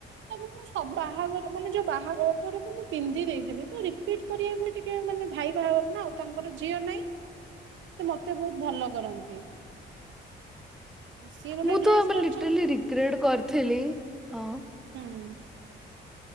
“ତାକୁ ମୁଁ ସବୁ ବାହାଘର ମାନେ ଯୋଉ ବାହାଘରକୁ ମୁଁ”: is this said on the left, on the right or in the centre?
Right